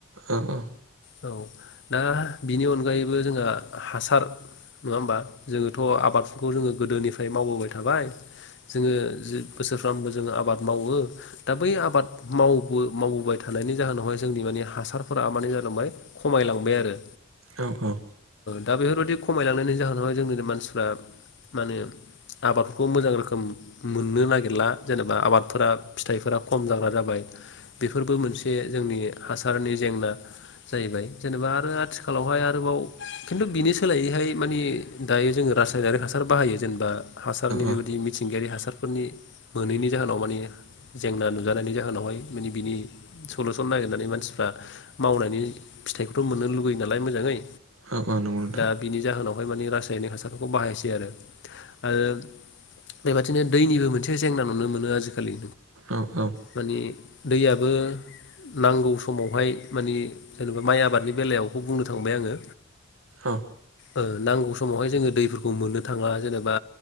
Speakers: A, on the right; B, on the left.
A: औ औ
B: औ दा बिनि अनगायैबो जोंहा हासार नङा होमबा जोङोथ' आबादफोरखौ जोङो गोदोनिफ्राय मावबोबाय थाबाय जोङो बोसोरफ्रोमबो जोङो आबाद मावो दा बै आबाद माव माव बोबाय थानायनि जाहोनावहाय जोंनि माने हासारफोरा माने जालांबाय खमायलांबाय आरो
A: औ औ
B: दा बेफोरबायदि खमायलांनायनि जाहोनावहाय जोंनि मानसिफ्रा माने आबादफोरखौ मोजां रोखोम मोननो नागिरला जेनेबा आबादफोरा फिथाइफोरा खम जाग्रा जाबाय बेफोरबो मोनसे जोंनि हासारनि जेंना जाहैबाय जेनेबा आरो आथिखाल खालावहाय आरोबाव खिन्थु बिनि सोलायैहाय माने दायो जोङो रासायनारिक हासार बाहायो जेनबा हासारनि बेबायदि
A: औ
B: मिथिंगायारि हासार डक्टारफोरनि मोनैनि जाहोनाव माने जेंना नुजानायनि जाहोनावहाय माने बिनि सलुसन नागिरनानै मानसिफ्रा मावनायनि फिथाइखौथ' मोननो लुुबैयो नालाय मोजाङै
A: औ औ नंगौ नोंथां
B: दा बिनि जाहोनावहाय माने रासायनिक हासार बेखौ बाहायसै आरो आरो बेबादिनो दैनिबो मोनसे जेंना नुनो मोनो आजिखालि
A: औ औ
B: माने दैया बो नांगौ समावहाय माने जेनेबा माइ आबादनि बेलायाव बेखौ बुंनो थांबाय आङो
A: औ
B: ओ नांगौ समावहाय जोङो दैफोरखौ मोननो थाङा जेनेबा